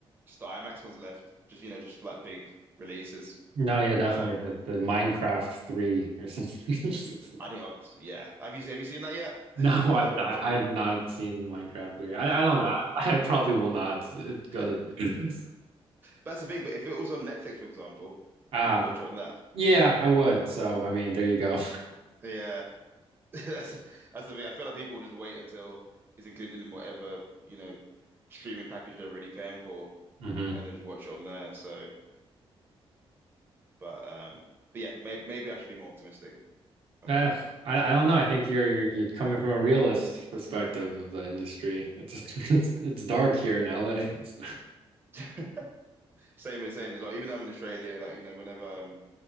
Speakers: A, on the right; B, on the right.
A: just the IMAX ones left, just you know, just for like big releases.
B: <laughs> no, yeah, definitely
A: Um,
B: the, the Minecraft three or something.
A: I
B: <laughs>
A: think I'll, yeah. Have you have you seen that yet? <laughs>
B: No,
A: I need
B: <laughs> I've
A: to watch
B: I
A: it.
B: I have not seen Minecraft 3. I, I don't know. I, I probably will not uh,
A: <laughs>
B: go to <clears throat>
A: But That's the thing. But if it was on Netflix, for example,
B: Ah,
A: would you watch it on that?
B: yeah, I would. So I mean, there you go.
A: Yeah. <laughs> That's that's the thing. I feel like people will just wait until it's included in whatever, you know, streaming package they're already paying for
B: <laughs> hmm
A: and then just watch it on there. So, but um but yeah, maybe maybe I should be more optimistic about
B: Uh, I, I don't know. I think you're you're you're coming from a realist perspective of the industry. It's <laughs> it's, it's dark here in LA. It's,
A: it. <laughs> Same as same as well. Even though I'm in Australia, like, you know, whenever um